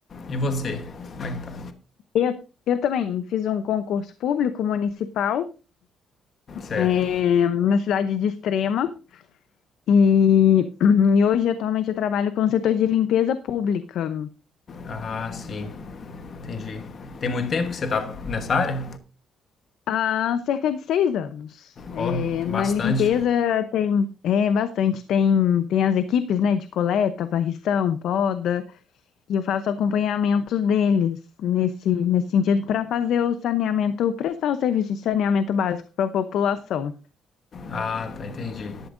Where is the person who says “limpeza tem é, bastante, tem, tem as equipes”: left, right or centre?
Left